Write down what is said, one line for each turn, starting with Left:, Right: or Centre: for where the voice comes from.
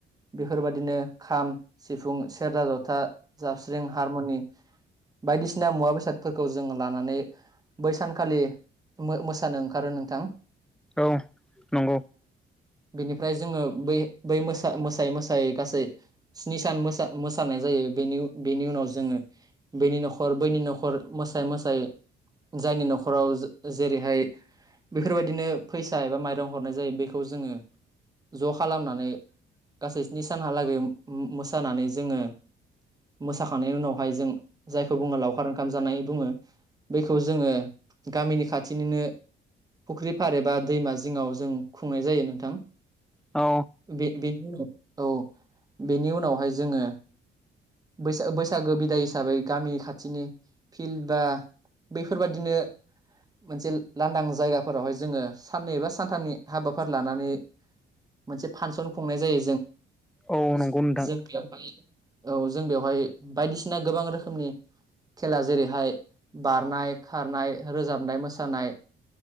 Right: बेफोरबायादिनो खाम, सिफुं, सेरजा, जथा, जाबस्रिं, हारमुनि बायदिसिना मुवा बेसादफोरखौ जोङो लानानै बै सानखालि मो-मोसानो ओंखारो नोंथां।
Centre: औ नंगौ।
Right: बिनिफ्राय जोङो बै बै मोसा मोसायै मोसायै गासै स्नि सान मोसा मोसानाय जायो बेनि बेनि उनाव जोङो बेनि न'खर बैनि न'खर मोसायै मोसायै जायनि न'खराव जेरैहाय बेफोरबायदिनो फैसा एबा माइरं हरनाय जायो बेखौ जोङो ज' खालामनानै गासै स्नि सानहालागै मोसानानै जोङो मोसाखांनायनि उनावहाय जों जायखौ बुङो लावखार ओंखाम जानाय बुङो। बैखौ जोङो गामिनि खाथिनिनो फुख्रि फार एबा दैमा जिङाव जों खुंनाय जायो नोंथां।
Centre: औ।
Right: बे बेनि उनाव औ बेनि उनावहाय जोङो बैसा बैसागो बिदाय हिसाबै गामि खाथिनि फिल्ड बा बैफोरबादिनो मोनसे लांदां जायगाफोरावहाय जोङो साननै एबा सानथामनि हाबाफारि लानानै मोनसे फानसन खुंनाय जायो
Centre: औ नंगौ
Right: जों
Centre: नोंथां
Right: जों बेयावहाय औ जों बेवहाय बायदिसिना गोबां रोखोमनि खेला जेरैहाय बारनाय, खारनाय, रोजाबनाय, मोसानाय।